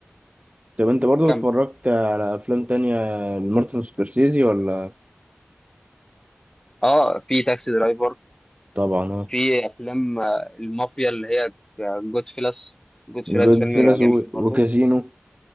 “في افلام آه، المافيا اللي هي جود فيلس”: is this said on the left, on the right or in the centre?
Left